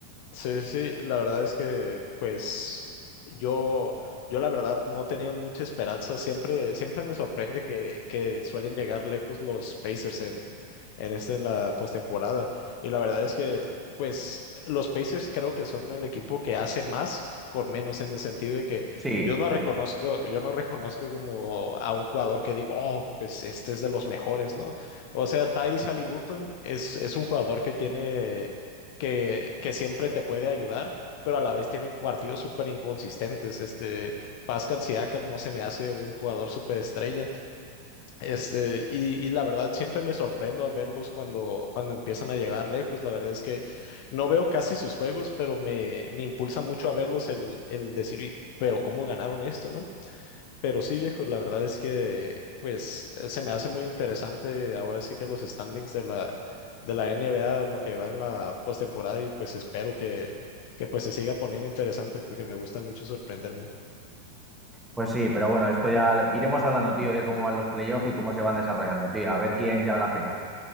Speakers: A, on the left (about 45°); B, in the centre.
A: Sí, sí, la verdad es que pues yo, yo la verdad no tenía mucha esperanza, siempre, siempre me sorprende que, que suelen llegar lejos los Pacers en este, en la postemporada. Y la verdad es que, pues, los Pacers creo que son el equipo que hace más con menos en el sentido de que
B: Sí,
A: yo no
B: sí.
A: reconozco, yo no reconozco como a un jugador que digo, oh, pues este es de los mejores, ¿no? O sea, Tyrese Halliburton es, es un jugador que tiene, que, que siempre te puede ayudar pero a la vez tiene partidos súper inconsistentes. Este, Pascal Siakam no se me hace un jugador súper estrella, este, y, y la verdad siempre me sorprendo a verlos cuando, cuando empiezan a llegar lejos. La verdad es que no veo casi sus juegos, pero me, me impulsa mucho a verlos el, el decir, "Y- pero ¿cómo ganaron esto, no? Pero sí, viejo, la verdad es que pues eh, se me hace muy interesante ahora sí que los standings de la, de la NBA, en lo que va en la postemporada y pues espero que, que pues se siga poniendo interesante porque me gusta mucho sorprenderme.
B: Pues sí, pero bueno, esto ya lo- iremos hablando, tío, de cómo van los playoffs y cómo se van desarrollando, tío. A ver quién llega a la final.